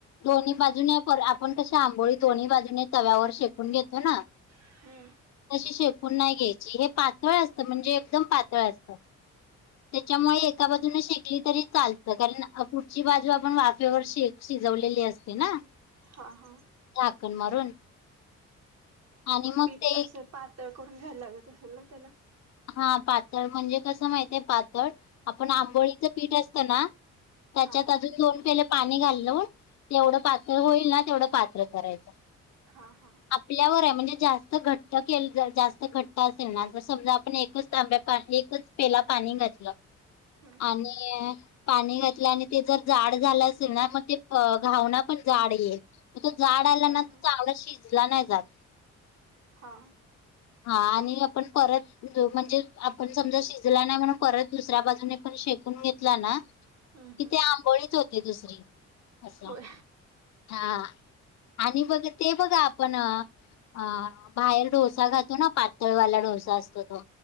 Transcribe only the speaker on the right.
हम्म
हा हा
पीठ
असं पातळ करून घ्यायला लागत असेल ना त्याला?
हा
हां हां!
हम्म
हा
हा
हा!
हम्म
हम्म
होय